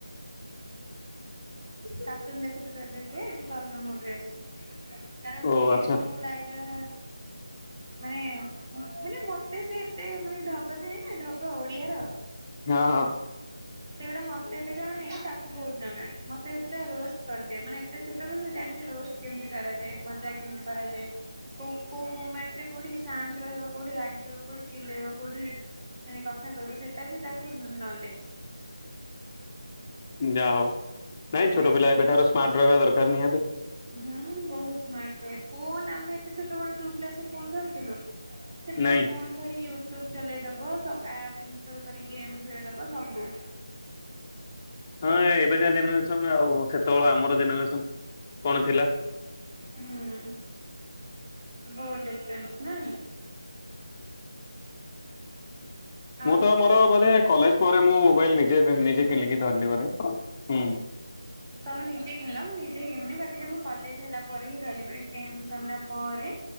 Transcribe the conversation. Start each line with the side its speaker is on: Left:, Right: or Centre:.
Right: କାର୍ଟୁନ୍ ଦେଖୁଛ ତ ଏବେ ସିଏ ଟିକେ ଅଲଗା ମୁଡ୍ ରେ ଅଛି। ତାର
Left: ଓ
Right: ସିରିୟସ୍
Left: ଆଚ୍ଛା।
Right: ମୁଡ ଆଇଦର ମାନେ ମାନେ ମତେ ସେ ଏତେ ମାନେ ଢଗତ ଥାଏ ନାଁ ଢଗ ଓଡିଆର
Left: ହଁ।
Right: ସେଗୁଡା ମତେ ଏତେ ଜଣା ନାହିଁ ତାକୁ ବହୁତ ଜଣା ମତେ ପୁରା ରୋଷ୍ଟ କରିଦିଏ ମାନେ ଏତେ ଛୋଟ୍ ଛୋଟରୁ ସେ ଜାଣିଛି ରୋଷ୍ଟ କେମିତି କରାଯାଏ, ମଜା କେମିତି କରାଯାଏ, କୋଉ କୋଉ ମୁମେଣ୍ଟ ରେ କୋଉଠି ଶାନ୍ତ ରହିବ, କୋଉଠି ରାଗିବ, କୋଉଠି ଚିଲେଇବ, କୋଉଠି ମାନେ କଥା କହିବ ସେଟା ବି ତାକୁ ନଲେଜ୍।
Left: ଯାହା ହଉ ନାଇଁ
Right: ମାନେ
Left: ଛୋଟ ପିଲା ଏବେଠାରୁ ସ୍ମାର୍ଟ ରହିବା ଦରକାର୍ ନିହାତି।
Right: ହୁଁ ବହୁତ ସ୍ମାର୍ଟ ସେ ଫୋନ୍ ଆମେ ଏତେ ଛୋଟବେଳୁ ଟୁ କ୍ଲାସ୍ ରେ ଫୋନ୍ ଧରିଥିଲୁ। ସେ ପୁରା
Left: ନାଇଁ
Right: ଫୋନ ଧରିକି ୟୁଟ୍ୟୁବ ଚଲେଇଦବ ସବ ଆପ୍ ଇନଷ୍ଟଲ କରି ଗେମ୍ ଖେଳିଦବ ସବୁ।
Left: ହଁ ଏବେକା ଜେନେରେସନ୍ ଆଉ ସେତେବେଳେ ଆମର ଜେନେରେସନ୍ କଣ ଥିଲା?
Right: ହୁଁ ବହୁତ ଡିଫରେନ୍ସ ନା। ଆଉ
Left: ମୁଁ ତ ମୋର ବୋଧେ କଲେଜ ପରେ ମୁଁ ମୋବାଇଲ୍ ନିଜେ କିଣ ନିଜେ କିଣିକି ଧରିଲି ବୋଧେ ହୁଁ।
Right: ତମେ ନିଜେ କିଣିଲ ମୁଁ ନିଜେ କିଣିନି ବାକି ଯେ ମୁଁ କଲେଜ ହେଲା ପରେ ହିଁ ଧରିଲି ଟେନ୍ଥ ସରିଲା ପରେ।